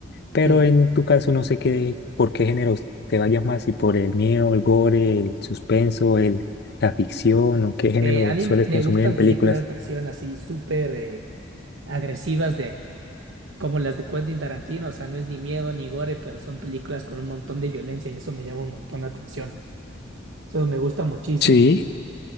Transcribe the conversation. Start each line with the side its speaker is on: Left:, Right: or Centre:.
Left: Pero
Right: Sí.
Left: en tu caso no sé qué, por qué géneros te vayas más, si por el miedo, el gore, el suspenso, el, la ficción o qué género
Right: Eh, a mí
Left: sueles
Right: me
Left: consumir
Right: gustan
Left: en películas.
Right: películas de acción así súper eh, agresivas de como las de Quentin Tarantino, o sea, no es ni miedo ni gore, pero son películas con un montón de violencia y eso me llama un montón la atención. Eso me gusta muchísimo.
Left: Sí.